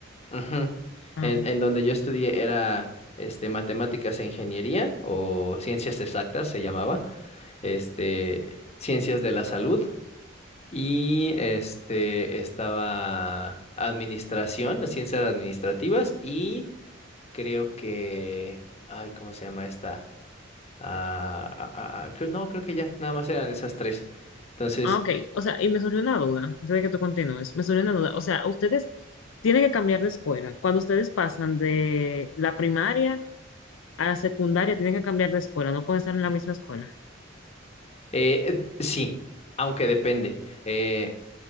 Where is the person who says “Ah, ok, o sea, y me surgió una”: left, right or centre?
Left